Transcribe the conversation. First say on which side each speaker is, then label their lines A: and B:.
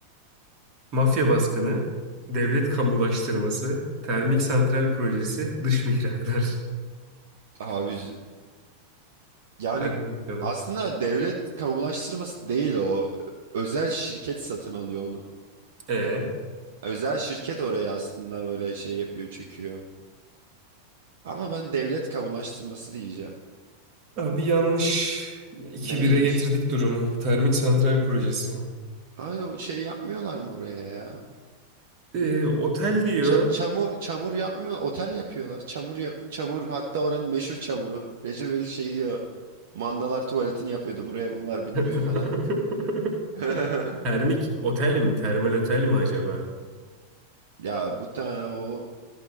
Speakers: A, on the right; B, on the right.
A: Mafya baskını, devlet kamulaştırması, termik santral projesi, dış mihraklar.
B: Abi yani
A: <laughs> Hadi bakalım.
B: aslında devlet kamulaştırması değil o. Özel şirket satın alıyor onu.
A: E
B: Özel şirket oraya aslında böyle şey yapıyor, çöküyor. Ama ben devlet kamulaştırması diyeceğim.
A: abi yanlış. iki
B: Neymiş?
A: bire getirdik durumu. Termik santral projesi.
B: Abi o şey yapmıyorlar mı oraya ya?
A: E, otel diyor.
B: Ça- çamur çamur yapmıyor, otel yapıyorlar. Çamur ya- çamur hatta oranın meşhur çamuru. Recep İvedik şey diyor. Mandalar tuvaletini yapıyordu buraya bunlar bilmiyor
A: <laughs>
B: falan. <laughs>
A: Termik otel mi? Termal otel mi acaba?
B: Ya muhtemelen o